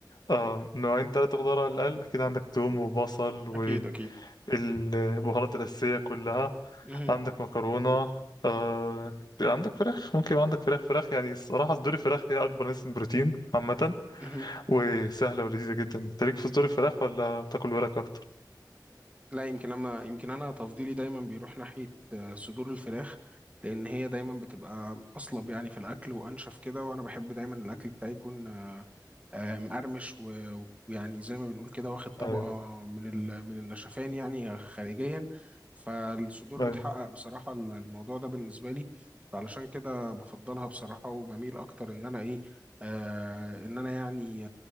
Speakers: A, on the left; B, on the right.
A: آه نوعين ثلاثه خضار على الاقل اكيد عندك توم وبصل
B: اكيد اكيد
A: والبهارات الاساسيه كلها
B: مهم.
A: عندك مكرونة آه... عندك فراخ ممكن يبقى عندك فراخ فراخ يعني الصراحة صدور الفراخ هي أكبر نسبة بروتين عامة
B: مهم.
A: وسهلة ولذيذة جدا أنت ليك في صدور الفراخ ولا بتاكل ورك أكتر؟
B: لا يمكن انا يمكن انا تفضيلي دايما بيروح ناحيه آه، صدور الفراخ لان هي دايما بتبقى اصلب يعني في الاكل وانشف كده وانا بحب دايما الاكل بتاعي يكون آه، آه، مقرمش و- ويعني زي ما بنقول كده واخد طبقه
A: أيوة
B: من ال- من النشفان يعني خارجيا فالصدور
A: أيوة
B: بتحقق بصراحه ال- الموضوع ده بالنسبه لي فعلشان كده بفضلها بصراحه وبميل اكتر ان انا ايه آه ان انا يعني